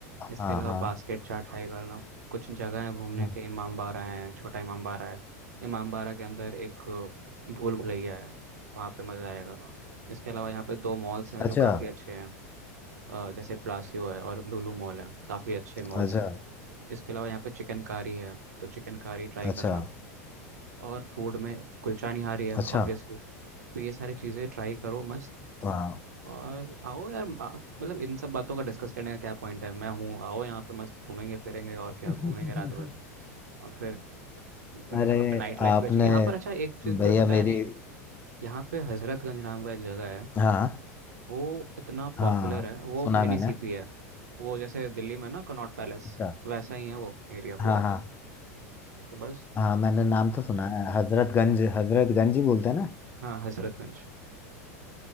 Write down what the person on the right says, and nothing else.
इसके
अलावा
बास्केट चाट ट्राई करना कुछ जगह है घूमने
के इमाम बाड़ा है छोटा इमाम बाड़ा है इमाम बाड़ा के अंदर एक भूल भुलैया है वहाँ पे मज़ा आएगा इसके अलावा यहाँ पे दो मॉल्स हैं
जो काफ़ी अच्छे हैं अ, जैसे प्लासियो है और लुलु मॉल है काफ़ी अच्छे मॉल्स
हैं इसके अलावा यहाँ पे चिकनकारी है तो चिकनकारी ट्राई
करना और फूड में कुलचा निहारी है
ऑब्वियसली तो ये सारी चीज़ें ट्राई करो मस्त
और आओ यार आ- मतलब इन सब बातों का डिस्कस करने का क्या पॉइंट है मैं हूँ आओ यहाँ पे मस्त घूमेंगे फिरेंगे और
क्या घूमेंगे रात भर और फिर अरे,
यहाँ पे नाइट लाइफ
भी अच्छी यहाँ पर अच्छा एक चीज़
मुझे बताया
नहीं यहाँ पे हजरतगंज नाम का एक जगह है
वो इतना पॉपुलर
है वो
मिनी
सीपी है वो जैसे दिल्ली में ना कनॉट पैलेस
वैसा ही है वो एरिया
पूरा
तो बस
हाँ हजरतगंज